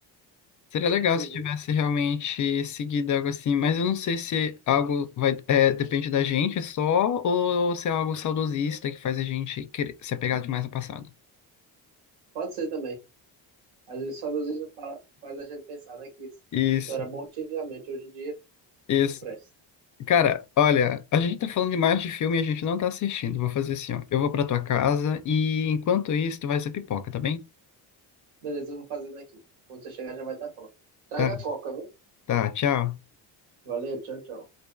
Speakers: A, on the left (about 40°); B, on the right (about 85°).
A: Seria legal
B: Uhum.
A: se tivesse realmente seguido algo assim, mas eu não sei se algo vai, é, depende da gente só, ou se é algo saudosista que faz a gente querer se apegar demais ao passado.
B: Pode ser também. Às vezes, só Deus mesmo fala, faz a gente pensar, né? Que isso
A: Isso,
B: era bom antigamente, hoje em dia
A: isso.
B: não presta.
A: Cara, olha, a gente tá falando demais de filme e a gente não tá assistindo. Vou fazer assim, ó. Eu vou pra tua casa e enquanto isso, tu vai ser pipoca, tá bem?
B: Beleza, eu vou fazendo aqui. Quando você chegar já vai estar pronto. Traz
A: Tá,
B: a coca, viu?
A: tá, tchau.
B: Valeu, tchau, tchau.